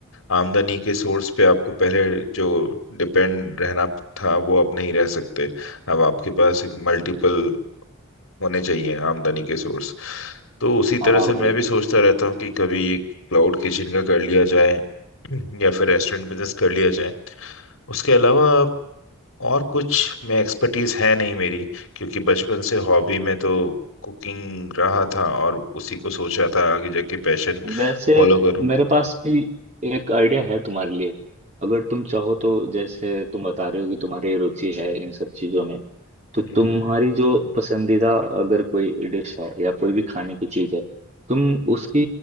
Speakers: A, on the left; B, on the right.
A: आमदनी के सोर्स पे आपको पहले जो डिपेंड रहना था वो आप नहीं रह सकते अब आपके पास एक मल्टीपल होने चाहिए आमदनी के सोर्स तो उसी
B: हाँ
A: तरह से
B: भाई
A: मैं भी सोचता रहता हूँ कि कभी एक क्लाउड किचन का कर लिया जाए <clears throat> या फिर रेस्टोरेंट बिजनेस कर लिया जाए उसके अलावा और कुछ में एक्सपर्टीज है नहीं मेरी क्योंकि बचपन से हॉबी में तो कुकिंग रहा था और उसी को सोचा था आगे जाके पैशन
B: वैसे
A: फॉलो करूँ
B: मेरे पास भी एक आइडिया है तुम्हारे लिए अगर तुम चाहो तो जैसे तुम बता रहे हो कि तुम्हारी रुचि है इन सब चीजों में तो तुम्हारी
A: हम्म,
B: जो पसंदीदा अगर कोई डिश है या कोई भी खाने की चीज है तुम उसकी